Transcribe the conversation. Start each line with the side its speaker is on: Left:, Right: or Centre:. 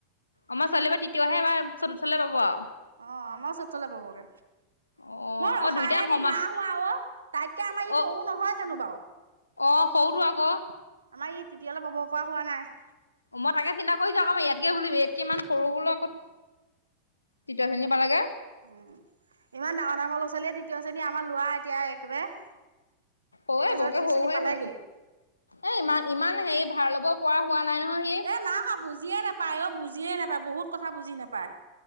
Left: আমাৰ ছোৱালী এবাৰ তৃতীয়হে এবাৰ চতুৰ্থলৈ পাব আৰু।
Right: অ আমাৰ চতুৰ্থলে পাব গে।
Left: অ
Right: মই ৰসাই
Left: অ দুইটা
Right: হে
Left: সমাহ
Right: দিম না হোৱা অ তাইতকে আমাৰ ই
Left: অ
Right: সৰু নহয় জানো বাৰু।
Left: অ সৰুটো আকৌ।
Right: আমাৰ ই তিতিয়লে পাব পৰা হোৱা নাই
Left: মই তাকে চিন্তা কৰিছো আকমাৰ ইয়াতকে বুলিবি ইয়াতকে ইমান সৰু বোলো আকৌ। <unintelligible> তৃতীয় শ্ৰেণী পালেগে।
Right: উম ইমান ডাঙৰ ডাঙৰ ল'ৰা ছোৱালীয়ে তৃতীয় শ্ৰেণী আমাৰ লৰা এতিয়া একেবাৰে
Left: অ
Right: একেচতে
Left: বৰকে
Right: তৃতীয়
Left: সৰু
Right: শ্ৰেণী
Left: হৈ
Right: পালেগেই
Left: আছে এ ইমান ইমান হেৰি ভাড় লব পৰা হোৱা নাই নহয় সি
Right: এ না হা বুজিয়ে নাপায় অ বুজিয়ে নাপায় বহুত কথা বুজি নাপায়।